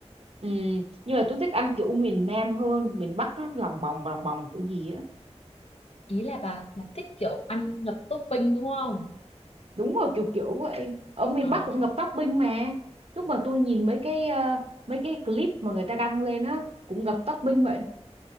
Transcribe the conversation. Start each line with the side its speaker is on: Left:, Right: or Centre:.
Right: ừm, nhưng mà tôi thích ăn kiểu miền Nam hơn miền Bắc nó lòng bòng lòng bòng kiểu gì á
Left: ý là bà bà thích kiểu ăn ngập topping đúng không
Right: đúng rồi kiểu kiểu vậy ở miền
Left: ờ
Right: Bắc cũng ngập topping mà lúc mà tôi nhìn mấy cái ờ, mấy cái clip mà người ta đăng lên á cũng ngập topping vậy